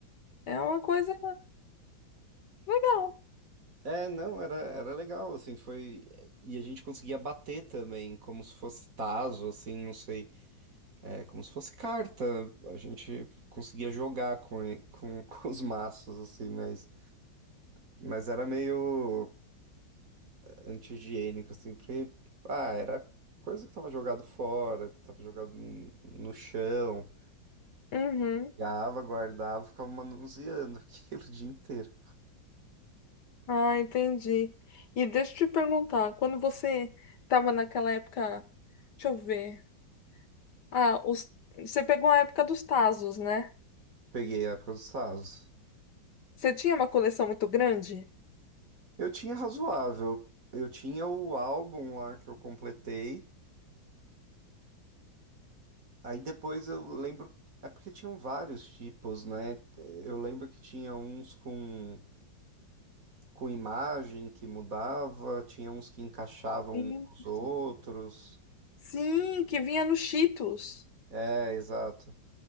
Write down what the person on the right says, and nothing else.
É, não, era, era legal, assim, foi. E a gente conseguia bater também, como se fosse tazo, assim, não sei, é, como se fosse carta. A gente conseguia jogar com, e- com, <laughs> com os maços, assim, mas, mas era meio anti-higiênico, assim, porque, ah, era coisa que tava jogado fora, tava jogado n- no chão,
pegava, guardava, ficava manuseando <laughs> aquilo o dia inteiro.
Peguei a época dos tazos.
Eu tinha razoável. Eu tinha o álbum lá que eu completei. Aí depois eu lembro. É porque tinham vários tipos, né? Eu lembro que tinha uns com, com imagem que mudava, tinha uns que encaixavam
os outros.
É, exato.